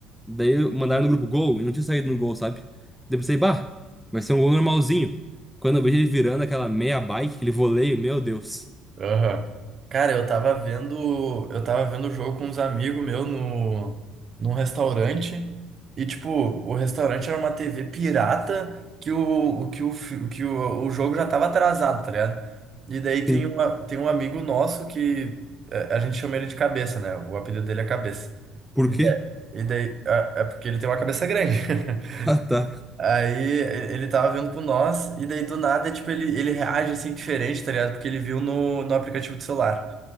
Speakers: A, in the centre; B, on the right.
A: Daí mandaram no grupo gol e não tinha saído no gol, sabe? Daí eu pensei, bah, vai ser um gol normalzinho. Quando eu vejo ele virando aquela meia bike, aquele voleio, meu Deus.
B: Aham. Cara, eu tava vendo, eu tava vendo o jogo com uns amigos meus no, num restaurante e tipo, o restaurante era uma TV pirata que o, o que o, fi- o que o, o jogo já tava atrasado, tá ligado? E daí tem
A: Sim.
B: uma, tem um amigo nosso que é, a gente chama ele de Cabeça, né? O apelido dele é Cabeça.
A: Por
B: E
A: quê?
B: daí, e daí- é é porque ele tem uma cabeça grande. <laughs>
A: Ah, tá.
B: Aí e- ele tava vindo com nós, e daí do nada, tipo, ele, ele reage assim diferente, tá ligado? Porque ele viu no, no aplicativo do celular.